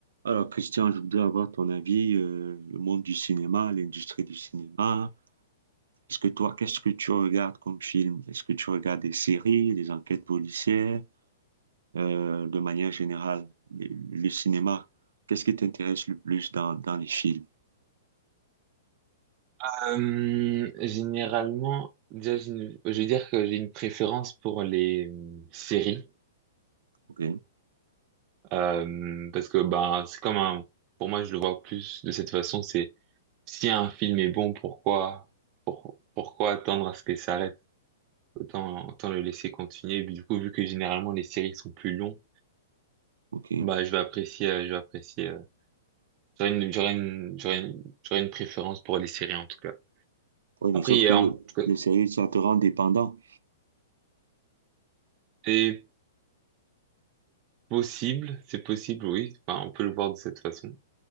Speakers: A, on the right; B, on the right.
A: Alors, Christian, je voudrais avoir ton avis, euh, le monde du cinéma, l'industrie du cinéma. Est-ce que toi, qu'est-ce que tu regardes comme film? Est-ce que tu regardes des séries, des enquêtes policières, euh, de manière générale, le, le cinéma? Qu'est-ce qui t'intéresse le plus dans, dans les films?
B: Hum, généralement, déjà, j'ai une- je vais dire que j'ai une préférence pour les hum, séries,
A: Ok,
B: Euh, parce que ben c'est comme un, pour moi, je le vois plus de cette façon. C'est si un film est bon, pourquoi, pour- pourquoi attendre à ce qu'il s'arrête? Autant, autant le laisser continuer. Et puis, du coup, vu que généralement les séries sont plus longues,
A: ok.
B: bah je vais apprécier, euh, je vais apprécier. euh, j'aurais une, j'aurais une, j'aurais une, j'aurais une préférence pour les séries en tout cas.
A: Oui, mais
B: Après,
A: sauf
B: il y
A: que
B: a en tout cas-
A: les séries, ça te rend dépendant.
B: et Possible, c'est possible, oui. Enfin, on peut le voir de cette façon.